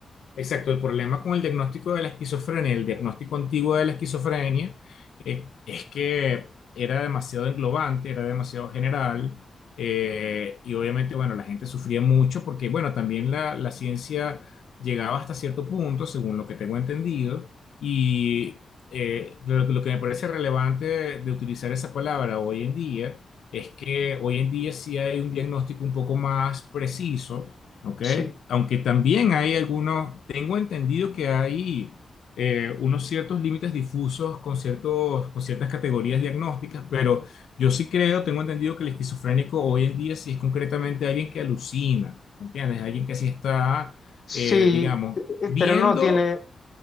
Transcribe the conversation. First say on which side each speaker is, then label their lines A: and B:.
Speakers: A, on the left; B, on the left.
A: Exacto, el problema con el diagnóstico de la esquizofrenia, el diagnóstico antiguo de la esquizofrenia, eh, es que era demasiado englobante, era demasiado general, eh, y obviamente, bueno, la gente sufría mucho porque, bueno, también la, la ciencia llegaba hasta cierto punto, según lo que tengo entendido, y eh, lo, lo que me parece relevante de, de utilizar esa palabra hoy en día es que hoy en día sí hay un diagnóstico un poco más preciso ¿ok?
B: Sí,
A: Aunque también hay algunos, tengo entendido que hay eh, unos ciertos límites difusos con ciertos, con ciertas categorías diagnósticas, pero yo sí creo, tengo entendido que el esquizofrénico hoy en día sí es concretamente alguien que alucina, ¿entiendes? Alguien que sí está,
B: sí,
A: eh, digamos,
B: eh,
A: viendo,
B: pero no tiene,